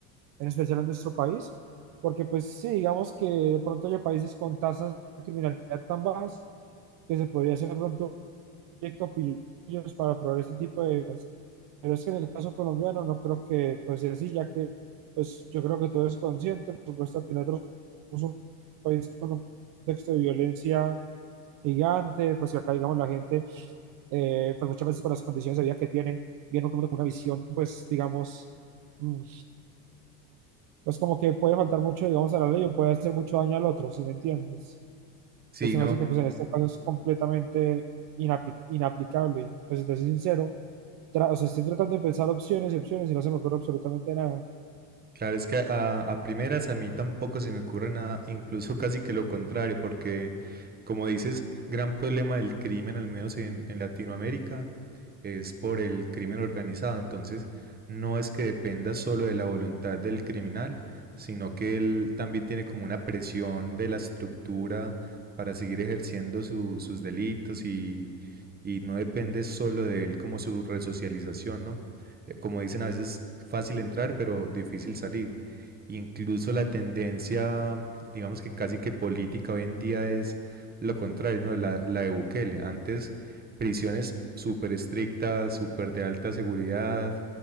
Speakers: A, on the right; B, on the right.
A: en especial en nuestro país, porque pues sí, digamos que de pronto hay países con tasas de criminalidad tan bajas que se podría hacer de pronto un proyecto pillos para probar este tipo de cosas. Pero es que en el caso colombiano no creo que pues sea así, ya que pues yo creo que todo es consciente, por supuesto que nosotros somos un país con un contexto de violencia gigante, pues que acá digamos la gente, eh, pues muchas veces por las condiciones de vida que tiene, viene con una visión pues digamos mm, pues como que puede faltar mucho, digamos, a la ley o puede hacer mucho daño al otro, si me entiendes?
B: Sí,
A: Entonces se
B: no,
A: me hace que pues en este caso es completamente inapi- inaplicable y pues si te soy sincero, tra- o sea, estoy tratando de pensar opciones y opciones y no se me ocurre absolutamente nada.
B: Claro, es que a, a primeras a mí tampoco se me ocurre nada, incluso <laughs> casi que lo contrario, porque como dices, gran problema del crimen, al menos en, en Latinoamérica, es por el crimen organizado. Entonces, no es que dependa solo de la voluntad del criminal, sino que él también tiene como una presión de la estructura para seguir ejerciendo su- sus delitos y, y no depende solo de él como su resocialización, ¿no? eh, como dicen, a veces fácil entrar, pero difícil salir. Incluso la tendencia, digamos que casi que política hoy en día es lo contrario, ¿no? La, la de Bukele. Antes, prisiones súper estrictas, súper de alta seguridad,